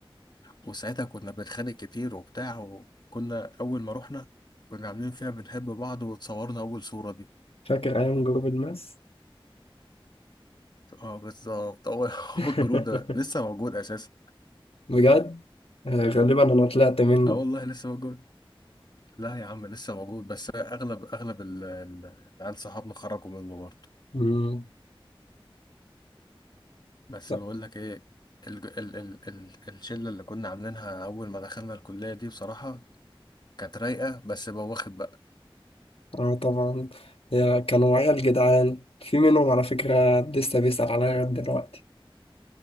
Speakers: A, on the left; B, on the left.
A: وساعتها كنا بنتخانق كتير وبتاع وكنا أول ما رحنا كنا عاملين فيها بنحب بعض وتصورنا أول صورة دي
B: فاكر ايام جروب الماس
A: اه بالظبط هو <laughs>
B: <laughs>
A: هو الجروب ده لسه موجود أساسا
B: بجد آه، غالبا انا طلعت منه
A: اه والله لسه موجود لا يا عم لسه موجود بس أغلب أغلب ال- ال- العيال صحابنا خرجوا منه برضه
B: مم.
A: بس
B: لا
A: بقول لك إيه ال ال ال ال الشلة اللي كنا عاملينها أول ما دخلنا الكلية دي بصراحة كانت رايقة بس بواخد بقى
B: اه طبعا يا كانوا عيال جدعان في منهم على فكره لسه بيسأل عليا لغايه دلوقتي